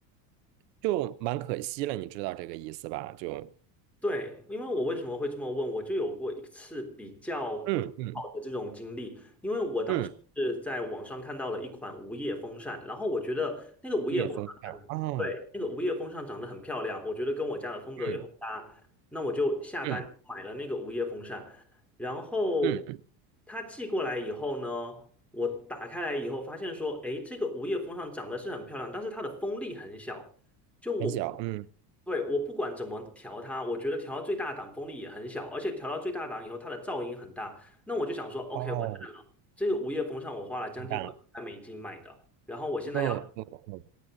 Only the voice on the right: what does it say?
就蛮可惜了，你知道这个意思吧？就
嗯嗯
嗯，
夜风扇啊，
嗯
嗯
嗯，
很小，嗯，
哦，
完蛋了，
哦哦哦